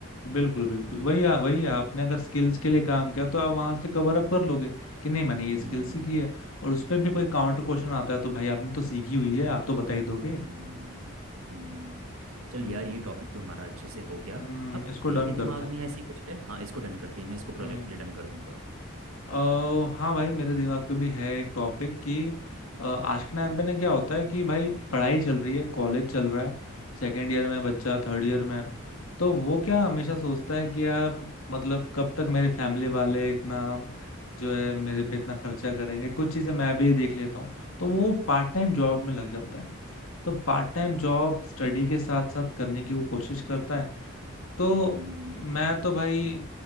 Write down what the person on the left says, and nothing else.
बिल्कुल बिल्कुल
वही आ, वही है आपने अगर स्किल्स के लिए काम किया तो आप वहां से कवर अप कर लोगे कि नहीं मैंने ये स्किल
सीखी है और उस पे भी कोई काउंटर क्वेश्चन आता है तो भाई आपने तो सीखी हुई है आप तो बता ही दोगे
हम्म
हम्म
इसको
डन
करते हैं
हम्म
अ हाँ भाई मेरे दिमाग पे भी है एक टॉपिक कि अ, आज के टाइम पे ना क्या होता है कि भाई पढ़ाई चल रही है कॉलेज चल रहा है सेकेंड ईयर में बच्चा थर्ड ईयर में तो वो क्या हमेशा सोचता है कि यार मतलब कब तक मेरे फैमिली वाले इतना जो है मेरे पे इतना खर्चा करेंगे कुछ चीजें मैं भी देख लेता हूँ तो वो पार्ट टाइम जॉब में लग जाता है तो पार्ट टाइम जॉब स्टडी के साथ साथ करने की वो कोशिश करता है तो
मैं तो भाई